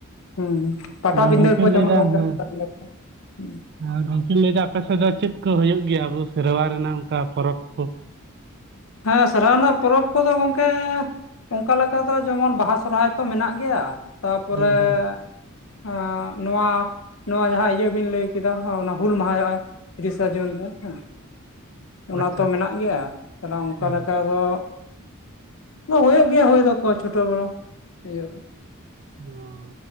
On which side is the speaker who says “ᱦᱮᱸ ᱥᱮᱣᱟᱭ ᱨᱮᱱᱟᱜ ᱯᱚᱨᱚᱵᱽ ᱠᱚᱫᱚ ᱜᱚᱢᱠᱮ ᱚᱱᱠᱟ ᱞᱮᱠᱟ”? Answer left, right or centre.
Left